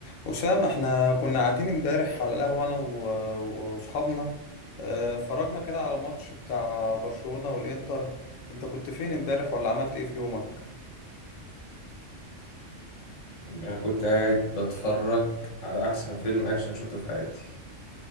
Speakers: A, on the left (about 90°); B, on the left (about 40°).
A: أسامة احنا كنا قاعدين امبارح على القهوة أنا و- وأصحابنا آه، اتفرجنا كده على ماتش بتاع برشلونة والإنتر أنت كنت فين امبارح ولا عملت إيه في يومك؟
B: انا كنت قاعد بتفرج على احسن فيلم اكشن شفته في حياتي